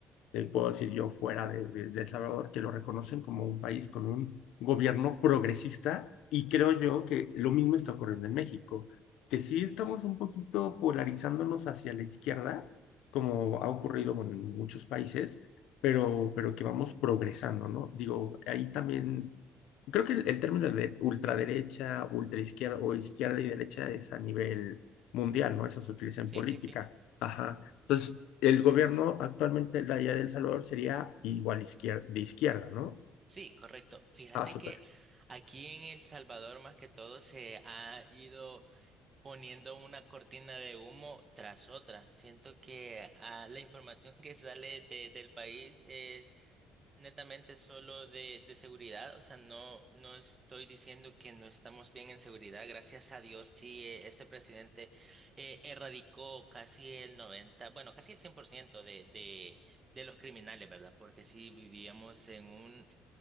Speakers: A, on the left; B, on the right.
A: eh, puedo decir yo fuera de, de- de El Salvador, que lo reconocen como un país con un gobierno progresista y creo yo que lo mismo está ocurriendo en México, que sí estamos un poquito polarizándonos hacia la izquierda, como ha ocurrido, bueno, en muchos países, pero, pero que vamos progresando, ¿no? Digo, ahí también Creo que el, el término de ultraderecha, ultraizquierda o izquierda y derecha es a nivel mundial, ¿no? Eso se utiliza en
B: Sí,
A: política.
B: sí, sí.
A: Ajá. Entonces, el gobierno actualmente de allá de El Salvador sería igual izquierda, de izquierda, ¿no?
B: Sí, correcto. Fíjate
A: Ah, súper.
B: que aquí en El Salvador más que todo se ha ido poniendo una cortina de humo tras otra. Siento que ah, la información <laughs> que sale de- del país es netamente solo de, de seguridad. O sea, no, no estoy diciendo que no estamos bien en seguridad. Gracias a Dios, sí, eh, este presidente eh, erradicó casi el 90, bueno, casi el 100% de, de, de los criminales, ¿verdad? Porque sí vivíamos en un